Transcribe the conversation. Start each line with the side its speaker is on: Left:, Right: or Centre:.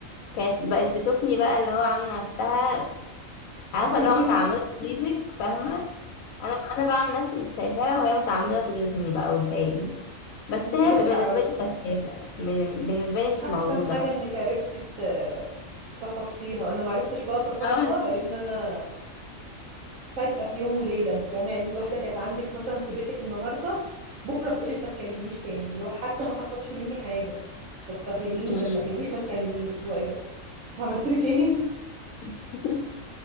Left: كانت بقت تشوفني بقى اللي هو عامله نفسها عارفه
Right: <laughs>
Left: لو متعمده تغيظك فاهمه انا انا بعمل نفسي مش شايفاها وهي متعمده تغيظني بقى وتضايقني بس
Right: بس دي
Left: هي
Right: بجحة
Left: بالنسبه
Right: قوي
Left: لي شفافه من- بالنسبه لي مش
Right: احسن
Left: موجوده
Right: حاجة
Left: خالص
Right: انك عرفتي ت- تتخطيها انا ما عرفتش بقى اتخطى
Left: فاهمة؟
Right: لان انا فجأة في يوم وليلة انت فاهمة يعني انت واحدة كانت عندك مثلا في بيتك النهاردة بكرة بتقولك ما تكلمينيش تاني اللي هو حتى ما حصلش مني حاجة طب فهميني
Left: أمم.
Right: ما تفهمنيش ما تكلميني اللي هو ايه ده عملت لك ايه
Left: <laughs>